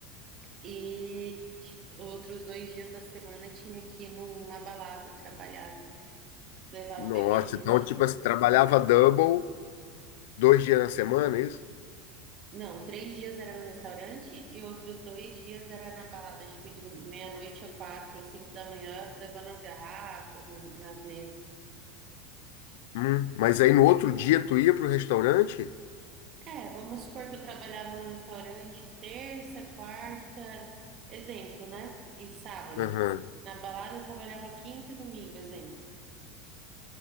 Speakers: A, on the right; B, on the left.
A: e ti- outros dois dias da semana tinha que ir numa balada, trabalhar, levar
B: Nossa,
A: as bebidas
B: então,
A: nas...
B: tipo assim, trabalhava double, dois dias na semana, é isso?
A: Não, três dias era no restaurante e outros dois dias era na balada, tipo, de meia-noite a quatro ou cinco da manhã, levando as garrafas na- nas mesas.
B: Hum, mas aí no outro dia tu ia pro restaurante?
A: É, vamos supor que eu trabalhava no restaurante terça, quarta, exemplo, né? E sábado.
B: Aham.
A: Na balada eu trabalhava quinta e domingo, exemplo.